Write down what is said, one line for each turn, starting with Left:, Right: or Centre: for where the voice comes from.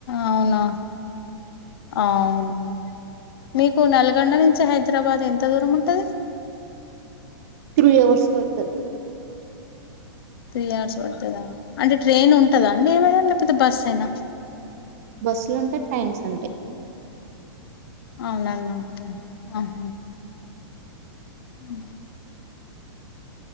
Left: అవునా అవును మీకు నల్గొండ నుంచి హైదరాబాద్ ఎంత దూరం ఉంటది
Right: త్రీ అవర్స్ పడుత యి
Left: త్రీ అవర్స్ పడుతుందా అంటే ట్రైన్ ఉంటందా అండి ఏమైనా లేకపోతే బస్ అయినా
Right: బస్సులు ఉంటాయి ట్రైన్స్ ఉంటాయి
Left: అవు నన్న ఓకే ఆహ ఉ